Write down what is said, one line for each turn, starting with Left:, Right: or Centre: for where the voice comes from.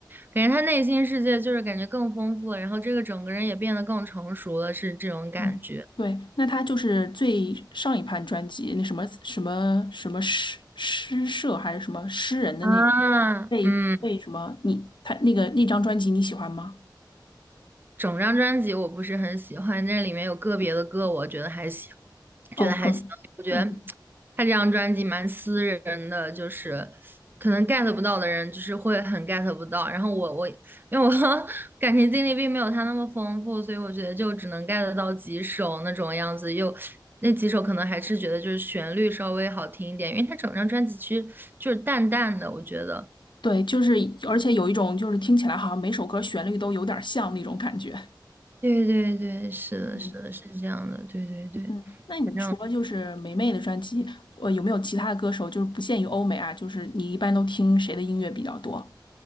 Right: 感觉他内心世界就是感觉更丰富了，然后这个整个人也变得更成熟了，是这种感觉
Left: 嗯，对，那他就是最上一盘专辑那什么什么什么诗诗社还是什么诗人的那个
Right: 啊，
Left: 被被什么你他那个那张专辑你喜欢吗？
Right: 嗯。整张专辑我不是很喜欢，那里面有个别的歌我觉得还行，
Left: 哦，
Right: 觉得还行。
Left: 很。
Right: 我觉得
Left: 嗯，
Right: 他这张专辑蛮私人的，就是可能 get 不到的人，就是会很 get 不到。然后我我因为我 <laughs> 感情经历并没有他那么丰富，所以我觉得就只能 get 到几首那种样子，又那几首可能还是觉得就是旋律稍微好听一点，因为他整张专辑其实就是淡淡的，我觉得。
Left: 对，就是，而且有一种就是听起来好像每首歌旋律都有点像那种感觉。
Right: 对对对，是的，
Left: 嗯。
Right: 是的，是这样的，对对对，
Left: 嗯，那你除了就是霉妹的专辑，
Right: 反正
Left: 呃，有没有其他的歌手，就是不限于欧美啊，就是你一般都听谁的音乐比较多？